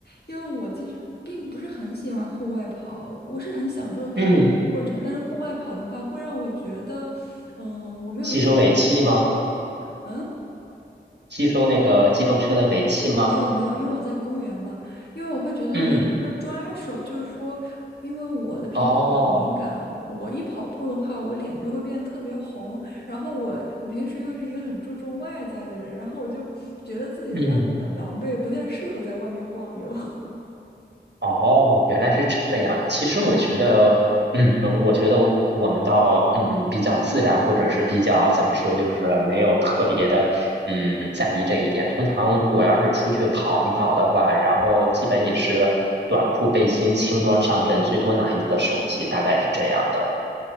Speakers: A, on the left; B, on the right.
A: 因为我其实并不是很喜欢户外跑，我是很享受跑步的过程，
B: 嗯，
A: 但是户外跑的话，会让我觉得，嗯、我没有一个抓手。
B: 吸收尾气吗？
A: 嗯
B: 吸收那个机动车的尾气吗？
A: 没有没有，因为我在公园嘛，因为我会觉得没有要抓手，
B: 嗯，
A: 就是说，因为我的皮肤比较敏感，
B: 哦，
A: 我一跑步的话，我脸就会变得特别红。然后我我平时又是一个很注重外在的人，然后我就觉得自己的样子很狼狈，
B: 嗯。
A: 不太适合在外面晃悠。<laughs>
B: 哦，原来是这个样。其实我觉得，嗯，我觉得我们倒，嗯，比较自然，或者是比较怎么说，就是没有特别的，嗯，在意这一点。通常如果要是出去跑一跑的话，然后基本也是短裤、背心、轻装上阵，最多拿一个手机，大概是这样的。